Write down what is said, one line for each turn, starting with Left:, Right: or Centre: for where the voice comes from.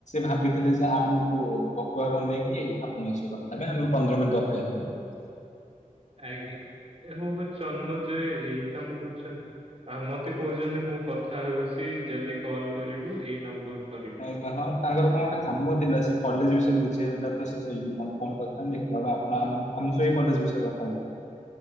Left: ଭାବିଥିଲେ ଯେ ଆମକୁ ଭକୁଆ ବନେଇକି ଆପଣ ଏସବୁ କଥା ପାଇଁ ଆମେ ପନ୍ଦର ମିନିଟ୍ ଅପେକ୍ଷା କରୁ
Right: ଆଜ୍ଞା ହବ ଜନ୍ମଜୟ ଏଇ କାମ କରୁଛନ୍ତି ଆ ମୋତେ କହୁଛନ୍ତି ମୁଁ କଥା ହେଉଛି ଯଦି କଲ୍ କରିବୁ ଏଇ ନମ୍ବର କରିବୁ।
Left: ହଁ ଆଜ୍ଞା ତାଙ୍କର କଣ ଗୋଟେ କାମ ଥିଲା ସେ କଲେଜ ବିଷୟରେ ବୁଝିବାର ଥିଲାତ ସେଇଥି ପାଇଁ ଫୋନ ଫାନ କରିଥାନ୍ତେ ଆପଣ ଆମ ସେଇ କଲେଜ ବିଷୟରେ-